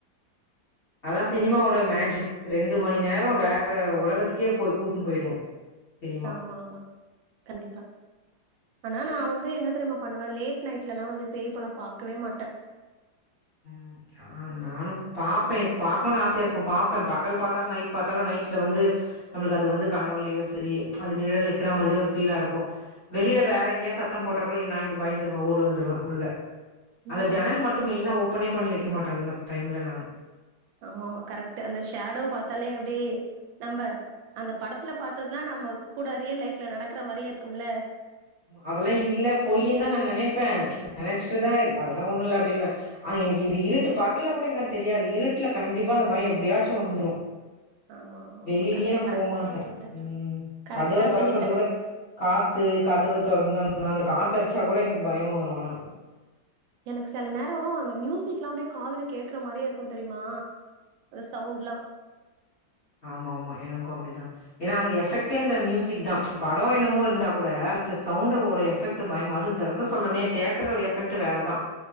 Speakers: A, on the left (about 35°); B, on the right (about 85°).
A: அதான் சினிமாவோட மேஜிக் ரெண்டு மணி நேரம் வேற உலகத்துக்கே போய் கூட்டுன்னு போயிடு சினிமா
B: ஆமா ஆமா கண்டிப்பா ஆனா நா வந்து என்ன தெரியம பண்ணுவேன் லேட் நைட் எல்லா வந்து பேய் படம் பாக்கவே மாட்ட
A: ம் ஆ நானும் பாப்பேன் எனக்கு பாக்கணும்னு ஆசையாக இருக்கு பார்ப்பேன் பகல் பாத்தாலும் நைட் பாத்தாலும் நைட்டில வந்து நம்மளுக்கு அது வந்து கனவுளையோ சரி அது நிழல் நிற்கிற மாதிரியே ஒரு ஃபீலாக இருக்கு வெளியில வேற எங்கேயா சத்தம் போட்டா கூட நா இங்க பயந்துடுவ ஓடி வந்துடுவ உள்ள அந்த
B: ம்.
A: ஜனல் மட்டு மேயினா ஓப்பனே பண்ணி வைக்க மாட்டே அந்த மாரி டைம்ல நான்
B: ஆமா ஆமா கரெக்ட் அந்த ஷேடோ பாத்தாலே அப்டே நம்ம அந்த படத்துல பார்த்ததெல்லா நம்ம கூட ரியல் லைஃப்ல நடக்கற மாரியே இருக்கும்ல
A: அதெல்லா இல்ல பொயி தா நா நெனைப்பே நெனச்சிட்டுதா அதெல்லா ஒண்ணு இல்ல அப்டின்னுவே அ எனக்கு இந்த இருட்டு பகல்ல கூட எனக்கு அ தெரியாது இருட்டுல கண்டிப்பா அந்த பயம் எப்படியாச்சு வந்துடு
B: ஆமா, ஆமா,
A: வெளிலயே
B: ஆமா. கண்ட
A: நா
B: கரெக்ட்டா
A: போமாட்ட
B: சொல்ட்ட.
A: ம்
B: கரெக்ட்டா
A: கதவ துறக்கறது
B: சொல்லிட்ட.
A: கூட காத்து கதவ தொறந்தும்னா அந்த காத்த அடிச்சா கூட எனக்கு பயம் வரும் ஆனா
B: எனக்கு செல நேரம் அந்த மியூசிக் லா அப்டியே காதுல கேக்குற மாரியே இருக்கு தெரியுமா சவுண்ட்லா
A: ஆமா ஆமா எனக்கு அப்டிதா ஏன்னா அங்க எஃபெக்டே
B: ம்.
A: அந்த மியூசிக் தா படம் என்னமோ இருந்தா கூட அந்த சவுண்டோட எஃபெக்ட் டு பயமே அது <unintelligible> சொல்றனே தியட்டர் எஃபெக்ட் வேறதா